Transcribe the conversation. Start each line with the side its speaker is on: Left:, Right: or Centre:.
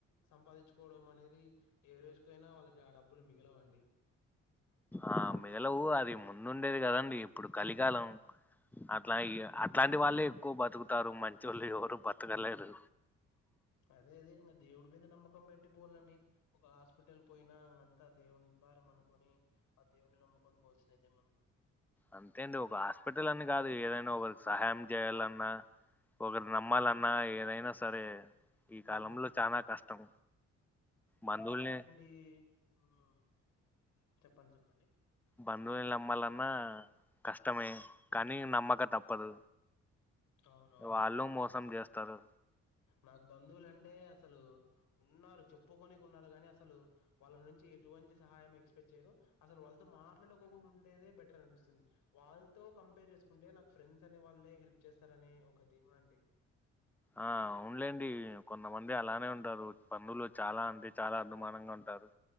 Left: సంపాదించుకోవడం అనేది. ఏ రోజుకైనా వాళ్ళకి ఆ డబ్బులు మిగలవండి.
Centre: ఆ మిగలవు అది ముందుండేది గదండి ఇప్పుడు కలిగాలం. అట్లా ఇగా అట్లాంటి వాళ్ళే ఎక్కువ బతుకుతారు మంచోళ్ళు ఎవరు బతకలేరు.
Left: అదే అదే ఇగా దేవుడు మీద నమ్మకం బెట్టి పోవాలండి. ఒక హాస్పిటల్ పోయినా ఇంగంతా దేవుని భారమనుకొని అ దేవుని నమ్ముకొని పోవాల్సినదైతే మనం
Centre: అంతేంది ఒక హాస్పిటల్ అని గాదు ఏదైనా ఓగల్ సహాయం జేయాలన్నా ఓగర్ రమ్మాలన్నా ఏదైనా సరే ఈ
Left: మ్మ్
Centre: కాలంలో చనా కష్టం మందులనే
Left: ఈ ఉహ్ చెప్పండ్ చెప్పండి.
Centre: బదువుల్ని నమ్మాలన్నా కష్టమే
Left: హ్మ్.
Centre: కానీ నమ్మక తప్పదు.
Left: అవునవును
Centre: వాళ్ళు మోసం
Left: బన్
Centre: చేస్తారు
Left: నాకు బంధువులంటే అసలు ఉన్నారు. చెప్పుకోనికున్నారు గాని అసలు వాళ్ళ నుంచి ఎటువంటి సహాయం ఎక్స్పెక్ట్ చేయరు అసలు వాళ్ళతో మాట్లాడుకోకుండా ఉండేదే బెటరనిపిస్తుంది. వాలతో కంపేర్ ఏసుకుంటే నాకు ఫ్రెండ్స్ అనే వాళ్ళే హెల్ప్ చేస్తారనే ఒక ధీమా అండి.
Centre: ఆ అవునులేండి కొంతమంది అలానే ఉంటారు పన్నులో చాలా అండి చాలా అదమానంగా ఉంటారు.